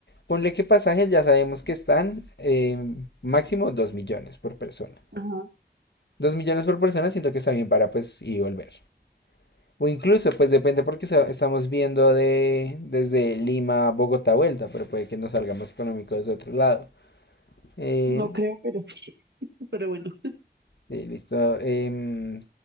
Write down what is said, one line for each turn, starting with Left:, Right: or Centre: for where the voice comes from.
Left: ponle que pasajes ya sabemos que están eh, máximo 2 millones por persona.
Right: Ajá,
Left: dos millones por persona siento que está bien para pues ir y volver. O incluso pues depende porque sa- estamos viendo de desde Lima a Bogotá vuelta, pero puede que nos salga más económico desde otro lado. Eh,
Right: no creo, pero, pero bueno.
Left: Sí, listo. em,